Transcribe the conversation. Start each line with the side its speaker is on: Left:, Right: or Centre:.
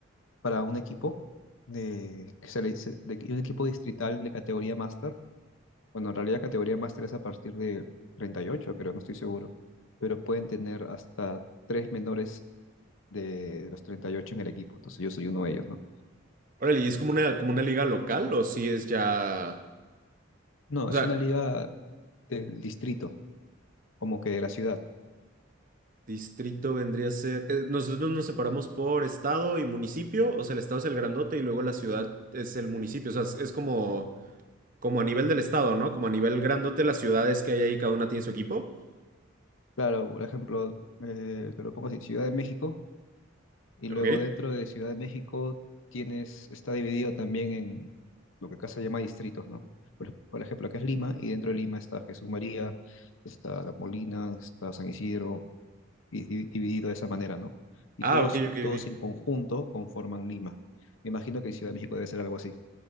Left: para un equipo, de, que se le dice- de un equipo distrital de categoría máster. Bueno, en realidad categoría máster es a partir de 38, creo, no estoy seguro, pero pueden tener hasta tres menores de los 38 en el equipo, entonces yo soy uno de ellos, ¿no?
Right: Órale, ¿y es como una, como una liga local o si es ya...
Left: No,
Right: O
Left: es
Right: sea,
Left: una liga del distrito, como que de la ciudad.
Right: Distrito vendría a ser. eh, nosotros nos separamos por estado y municipio. O sea, el estado es el grandote y luego la ciudad es el municipio. O sea, es, es como, como a nivel del estado, ¿no? Como a nivel grandote, las ciudades que hay ahí, cada una tiene su equipo.
Left: Claro, por ejemplo, eh, te lo pongo así, Ciudad de México, y
Right: Ok.
Left: luego dentro de Ciudad de México tienes, está dividido también en lo que acá se llama distritos, ¿no? Por, por ejemplo, acá es Lima, y dentro de Lima está Jesús María, está La Molina, está San Isidro, y di- dividido de esa manera, ¿no? Y
Right: Ah,
Left: todos,
Right: ok,
Left: ju-
Right: ok,
Left: todos
Right: ok.
Left: en conjunto conforman Lima. Me imagino que Ciudad de México debe ser algo así.